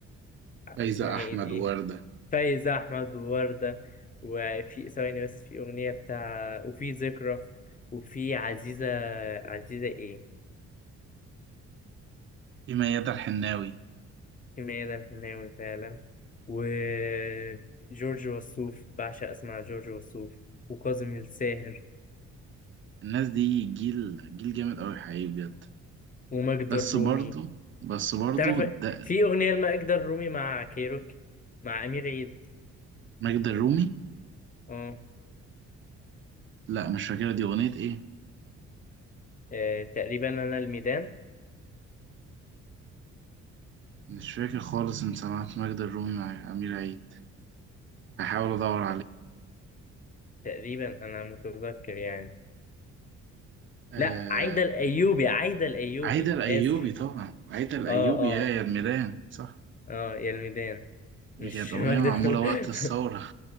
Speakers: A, on the right (about 40°); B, on the left (about 25°).
A: فايزة
B: اسمها ايه
A: احمد
B: دي
A: ووردة
B: فايزة أحمد ووردة وفي ثواني بس في أغنية بتاع وفي ذكرى وفي عزيزة عزيزة ايه
A: في ميادة الحناوي
B: في ميادة الحناوي فعلا وجورج وسوف بعشق أسمع جورج وسوف وكاظم الساهر
A: الناس دي جيل جيل جامد قوي حقيقي بجد
B: وماجدة
A: بس
B: الرومي
A: برضه بس برضه
B: تعرف
A: ده
B: في أغنية لماجدة الرومي مع كيروك مع أمير عيد
A: ماجدة الرومي
B: اه
A: لا مش فاكرة دي اغنية ايه
B: آه، تقريبا أنا الميدان
A: مش فاكر خالص ان سمعت ماجدة الرومي مع امير عيد هحاول ادور
B: آه، تقريبا انا متذكر يعني
A: عليها
B: لا عايدة الأيوبي عايدة الأيوبي
A: عايدة الأيوبي
B: آسف
A: طبعا عايدة الأيوبي
B: اه
A: يا
B: اه
A: يا الميدان صح
B: اه يا الميدان مش
A: دي كانت أغنية
B: <laughs> ماجدة
A: معمولة
B: الرومي.
A: وقت الثورة